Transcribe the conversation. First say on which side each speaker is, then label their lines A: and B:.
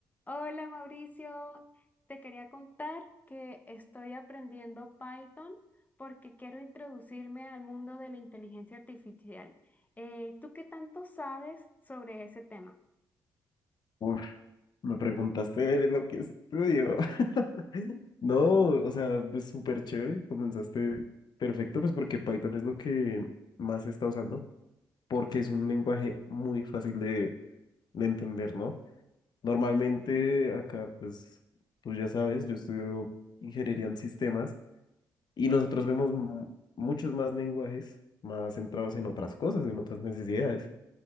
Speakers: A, on the left; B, on the left.
A: Hola Mauricio, te quería contar que estoy aprendiendo Python porque quiero introducirme al mundo de la inteligencia artificial. Eh, ¿tú qué tanto sabes sobre ese tema?
B: Uf, me preguntaste de lo que estudio. <laughs> No, o sea, pues súper chévere, comenzaste perfecto, pues porque Python es lo que más se está usando, porque es un lenguaje muy fácil de, de entender, ¿no? Normalmente acá, pues tú ya sabes, yo estudio ingeniería en sistemas y nosotros vemos mu- muchos más lenguajes más centrados en otras cosas, en otras necesidades.